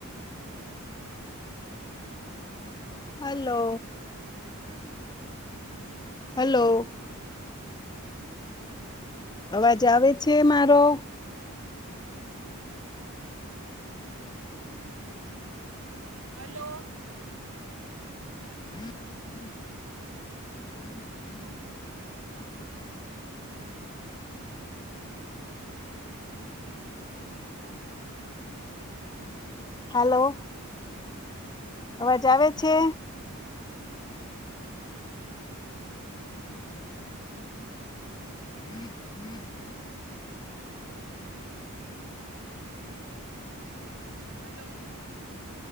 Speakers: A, on the right; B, on the left.
A: હ <inaudible>
B: હલો! હલો! અવાજ આવે છે મારો.
A: હલો!
B: હ <inaudible> હલો! અવાજ આવે છે? હમ હમ.. <inaudible>
A: હલો!